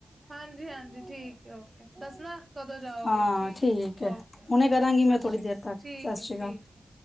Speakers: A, on the right; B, on the left.
A: ਹਾਂਜੀ, ਹਾਂਜੀ। ਠੀਕ ਹੈ ਓਕੇ ਦੱਸਣਾ ਕਦੋਂ ਜਾਓਗੇ
B: ਹਾਂ
A: ਠੀਕ ਹੈ ਓਕੇ, ਓਕੇ।
B: ਹੁਣੇ ਕਰਾਂਗੀ
A: ਸਤਿ
B: ਮੈਂ ਥੋੜ੍ਹੀ
A: ਸ਼੍ਰੀ
B: ਦੇਰ
A: ਅਕਾਲ।
B: ਤੱਕ
A: ਠੀਕ
B: ਸਤਿ
A: ਹੈ।
B: ਸ਼੍ਰੀ
A: ਠੀਕ
B: ਅਕਾਲ
A: ਹੈ।